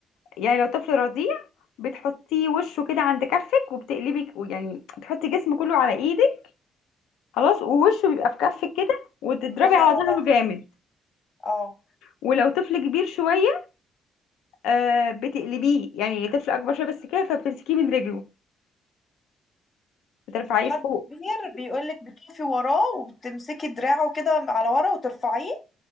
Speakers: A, on the left; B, on the left.
A: يعني لو طفل رضيع بتحطيه وشه كده عند كفك وبتقلبي يعني بتحطي جسم كله على ايدك خلاص ووشه بيبقى في كفك كده وتضربي
B: تضربي
A: على
B: على
A: ظهره
B: ظهره
A: جامد
B: اه
A: ولو طفل كبير شوية آه بتقلبيه يعني طفل اكبر شوية بس كده فبتمسكيه من رجله بترفعيه
B: حد
A: فوق
B: كبير بيقولك بتقفي وراه وبتمسكي دراعه كده على ورا وترفعيه